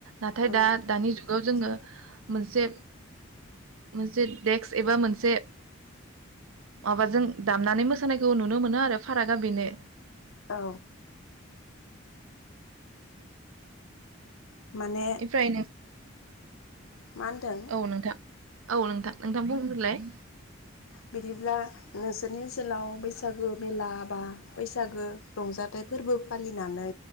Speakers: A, on the right; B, on the left.
A: नाथाय
B: औ
A: दा
B: थारैनो
A: दानि जुगाव जोङो
B: सैथो।
A: मोनसे। मोनसे देक्स एबा मोनसे। माबाजों दामनानै मो सानायखौ नुनो मोनो आरो फारागा बेनो।
B: औ। माने
A: ओमफ्राय नों
B: मा होनदों।
A: औ नोंथां औ नोंथां नोंथां बुंग्रोलाय।
B: बिदिब्ला नोंसोरनि ओनसोलाव बैसागो मेला बा बैसागो रंजाथाइ फोरबो फालिनानै